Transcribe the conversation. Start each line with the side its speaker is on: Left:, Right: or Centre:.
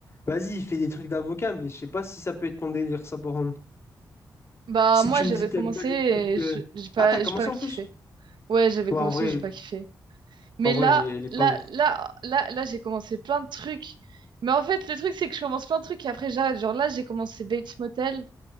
Left: Vas-y, il fait des trucs d'avocat, mais je sais pas si ça peut être ton délire, ça, par contre.
Right: bah,
Left: Si
Right: moi,
Left: tu
Right: j'avais
Left: me dis t'aimes
Right: commencé
Left: pas les
Right: et
Left: trucs. euh,
Right: je- j'ai pas,
Left: Ah, t'as commencé
Right: j'ai pas
Left: en
Right: kiffé.
Left: plus?
Right: Ouais, j'avais
Left: Ouais,
Right: commencé,
Left: en vrai,
Right: j'ai pas kiffé. Mais
Left: en
Right: là,
Left: vrai, elle est, elle est pas
Right: là,
Left: ouf.
Right: là, là, là, j'ai commencé plein de trucs. Mais en fait, le truc, c'est que je commence plein de trucs et après, j'arrête. Genre là, j'ai commencé Bates Motel.